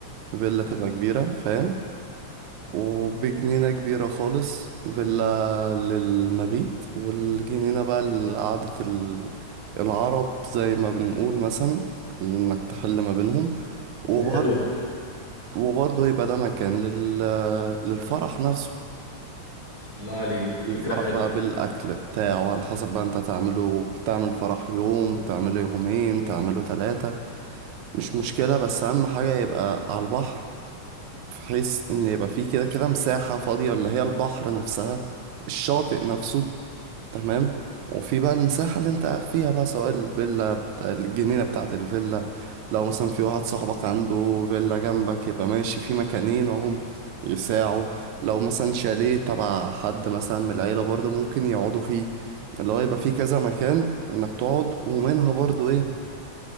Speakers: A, on the right; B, on the left.
A: فيلا تبقى كبيرة فاهم وبجنينة كبيرة خالص فيلا للمبيت والجنينة بقى لقعدة ال- العرب زي ما بنقول مثلا انك تحل ما بينهم
B: فكرة
A: وبرضه
B: حلوة
A: وبرضه يبقى ده مكان لل... للفرح نفسه
B: الله عليك
A: الفرح
B: فكرة حلوة
A: بقى بالأكل بتاعه على حسب بقى انت تعمله تعمل فرح يوم تعمله يومين تعمله ثلاثة مش مشكلة بس أهم حاجة يبقى على البحر بحيث ان يبقى فيه كده كده مساحة فاضية اللي هي البحر نفسها الشاطئ نفسه تمام وفي بقى المساحة اللي انت قاعد فيها بقى سواء الفيلا بتاع الجنينة بتاعة الفيلا لو مثلا في واحد صاحبك عنده فيلا جنبك يبقى ماشي في مكانين اهم يساعوا لو مثلا شاليه تبع حد مثلا من العيلة برضه ممكن يقعدوا فيه اللي هو يبقى فيه كذا مكان انك تقعد ومنها برضه ايه